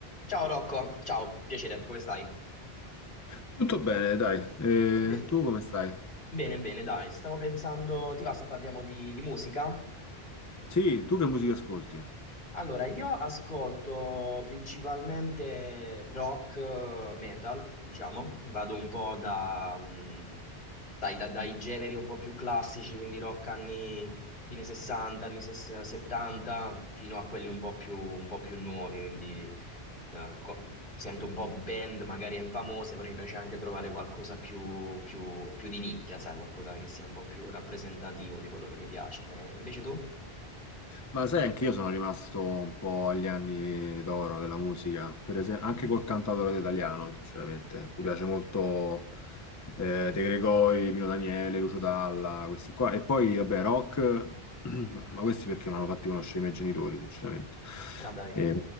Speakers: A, on the left; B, on the left.
A: Ciao Rocco, ciao, piacere, come stai?
B: Tutto bene, dai. Eh,
A: Bene,
B: tu come stai?
A: bene, bene, dai, stavo pensando, ti va se parliamo di, di musica?
B: Sì, tu che musica ascolti?
A: Allora, io ascolto principalmente rock, eh, metal, diciamo, vado un po' da, mh, sai, da- dai generi un po' più classici, quindi rock anni fine 60, anni ses- 70, fino a quelli un po' più, un po' più nuovi, quindi eh, co- sento un po' band magari infamose, però mi piace anche trovare qualcosa più, più, più di nicchia, sai, qualcosa che sia un po' più rappresentativo di quello che mi piace. Eh, invece tu?
B: Ma sai, anche io sono rimasto un po' agli anni d'oro della musica, per esempio, anche col cantautore italiano, sinceramente. Mi piace molto eh, De Gregori, Pino Daniele, Lucio Dalla, questi qua. E poi, vabbè, rock, <clears throat> ma questi perché non hanno fatti conoscere i miei genitori, sinceramente.
A: Ah dai,
B: Eh,